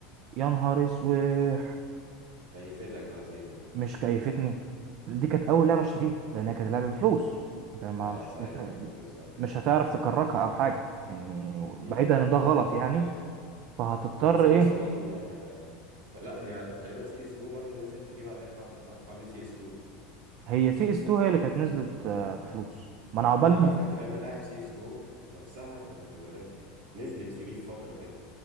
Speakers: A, on the right; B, on the right.
A: يا نهار اسوح
B: كيفتك بقى سيزو
A: مش كيفتني دي كانت اول لعبه اشتريها لانها كانت لعبه بفلوس كان ما-
B: اه
A: مش
B: ساعتها
A: مش
B: كانت بفلوس اه
A: مش هتعرف تكركها او حاجه يعني بعيدا
B: امم
A: ان ده غلط
B: كانت
A: يعني فهتضطر
B: كانت سي
A: ايه
B: اس 1 لا هي تقريبا سي اس جو برضو نزلت فري بعدها بحبة صح قبل سي اس 2
A: هي سي اس 2 هي اللي كانت نزلت آه، بفلوس ما انا عقبال
B: لا انا فاكر انا لاعب سي اس جو نفسها ب- ببلاش نزلت فري في فترة كده